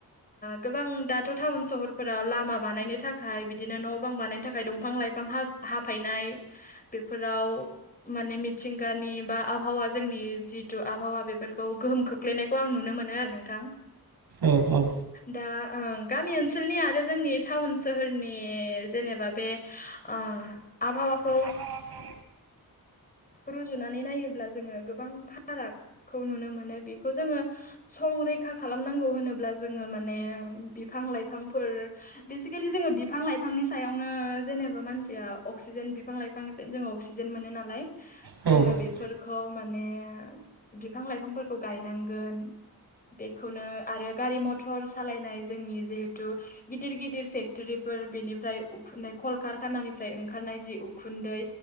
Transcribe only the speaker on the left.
गोबां थ' टाउन सहरफोराव लामा बानायनो थाखाय बिदिनो न' बां बानायनो थाखाय दंफां लाइफां हा-हाफायनाय बेफोराव माने मिथिंगानि बा आबहावा जोंनि जिथु आबहावा बेफोरखौ गोहोम खो खोलैनायखौ आं नुनो मोनो आरो नोंथां।
दा ओ गामि ओनसोलनि आरो जोंनि टाउन सोहोरनि जेनेबा बे ओ आबहावाखो
रुजुनानै नायोब्ला जोङो गोबां फारागखौ नुनो मोनो बेखौ जोङो संरैखा खालामनांगौ होनोब्ला जोङो माने बिफां लाइफांफोर बेसिकेलि जोङो बिफां लाइफांनि सायावनो जेनेबा मानसि अक्सिजेन बिफां लाइफांनि जो अक्सिजेन मोन नाल
जों बे फोरखौ माने बिफां लाइफांफोरखौ गायनांगोन। बेखौनो आरो गारि मथर सालायनाय जोंनि जिहेथु गिदिर गिदिर फेक्ट'रिफोर बेनिफ्राय उखुन्दै कलकारखानानिफ्राय ओंखारनाय जि उखुन्दै